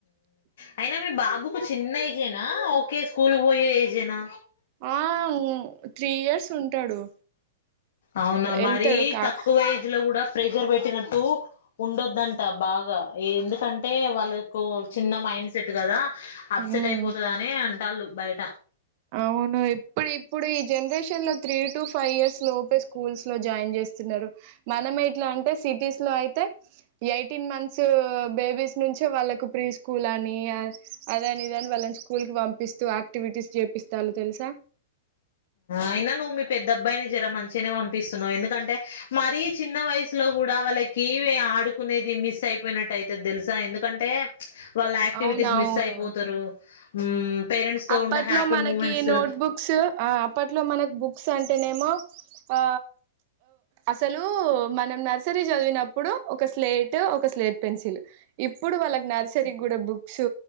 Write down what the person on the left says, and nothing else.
అయినా మీ బాబుకు చిన్న ఏజేనా ఓకే స్కూల్ పోయ ఏజేనా
అవునా మరి
తక్కువ ఎజ్ లో కూడా ప్రేకర్ పెట్టినట్టు ఉండొద్దంట బాగా ఎందుకంటే వాళ్ళకు చిన్న మైండ్ సెట్ కదా అప్సెట్
అయిపోతుందిని అే నాలాగా బయట
అయినా నువ్వు మీ పెద్ద అబ్బాయిని జర మంచిగానే పంపిస్తున్నావు ఎందుకంటే మరీ చిన్న వయసులో కూడా వాళ్ళకి ఆడుకునేది మిస్ అయిపోయినట్టు అయితే తెలుసా ఎందుకంటే వాళ్ళ యాక్టివిటీస్
మిస్ అయిపోతారు ఊ పేరెంట్స్ తో
ఉండే హ్యాపీ
మూమెంట్స్